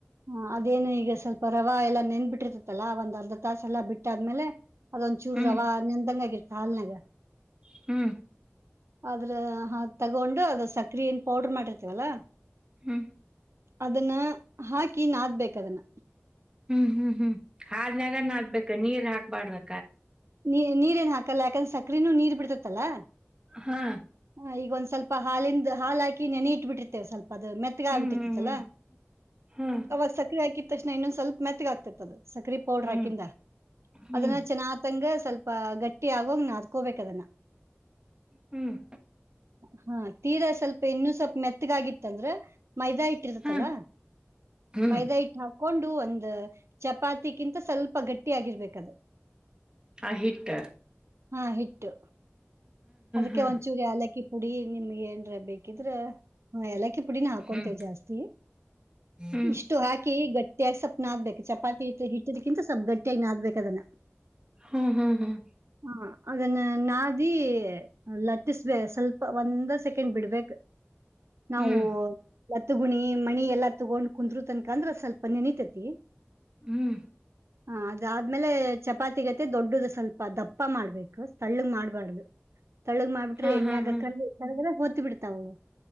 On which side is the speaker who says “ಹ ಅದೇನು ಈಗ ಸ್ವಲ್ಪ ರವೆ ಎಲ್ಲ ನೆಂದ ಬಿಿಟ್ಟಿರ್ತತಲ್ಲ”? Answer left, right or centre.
Right